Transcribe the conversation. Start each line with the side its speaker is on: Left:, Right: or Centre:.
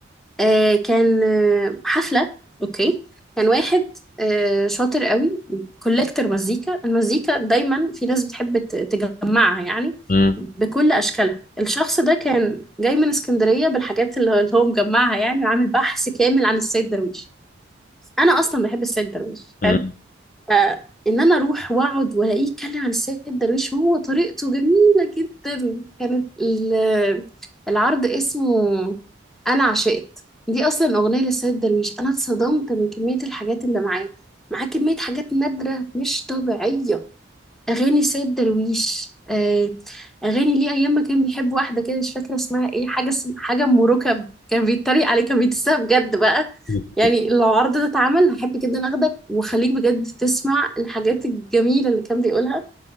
Centre: آه كان آه حفلة اوكي كان واحد آه شاطر قوي كولكتر مزيكا المزيكا دايما في ناس بتحب ت- تجمعها يعني
Left: مم.
Centre: بكل اشكالها الشخص ده كان جاي من اسكندرية بالحاجات اللي هو اللي هو مجمعها يعني وعامل بحث كامل عن السيد درويش انا اصلا بحب السيد درويش
Left: مم.
Centre: حلو. فان انا اروح واقعد والاقيه يتكلم عن السيد درويش وهو طريقته جميله جدا كانت ال- العرض اسمه انا عشقت دي اصلا اغنيه للسيد درويش انا اتصدمت من كميه الحاجات اللي معاه معاه كميه حاجات نادره مش طبيعيه اغاني سيد درويش آه، اغاني ليه ايام ما كان بيحب واحده كده مش فاكره اسمها ايه حاجه اسم... حاجه ام ركب كان بيتريق عليه كان بيدسها بجد بقى
Left: مم.
Centre: يعني لو العرض ده اتعمل هحب جدا اخدك واخليك بجد تسمع الحاجات الجميله اللي كان بيقولها